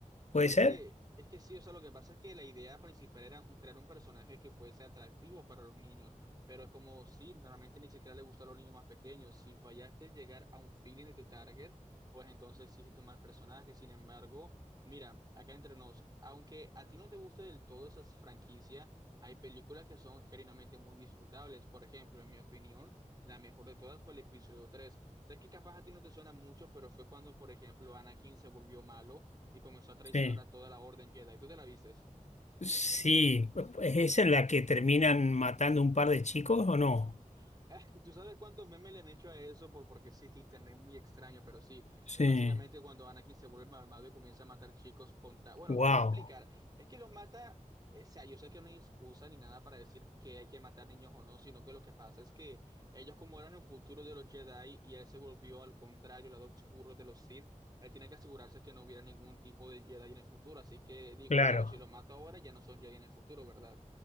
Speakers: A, on the left; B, on the right.
A: ¿Puede
B: Sí, es
A: ser?
B: que, es que sí, o sea, lo que pasa es que la idea principal era un- crear un personaje que fuese atractivo para los niños, pero es como si realmente ni siquiera le gusta a los niños más pequeños. Si fallaste en llegar a un feeling de tu target, pues entonces sí hiciste un mal personaje. Sin embargo, mira, acá entre nos, aunque a ti no te guste del todo esa franquicia, hay películas que son genuinamente muy disfrutables. Por ejemplo, en mi opinión, la mejor de todas fue el episodio tres Sé que capaz a ti no te suena mucho, pero fue cuando, por ejemplo, Anakin se volvió malo y comenzó a traicionar
A: Sí.
B: a toda la Orden Jedi. ¿Tú te la vistes?
A: Sí, ¿es esa en la que terminan matando un par de chicos o no?
B: <laughs> ¿Tú sabes cuántos memes le han hecho a eso? Por, porque sí, es que internet es muy extraño, pero sí,
A: Sí.
B: es básicamente cuando Anakin se vuelve malvado y comienza a matar chicos con ta- Bueno,
A: Wow,
B: te voy a explicar. Es que los mata, eh, o sea, yo sé que no hay excusa ni nada para decir que hay que matar niños o no, sino que lo que pasa es que ellos como eran el futuro de los Jedi y él se volvió al contrario, el lado oscuro de los Sith. Él tiene que asegurarse que no hubiera ningún tipo de Jedi en el futuro, así que dijo,
A: claro,
B: bueno, si lo mato ahora ya no son Jedi en el futuro, ¿verdad?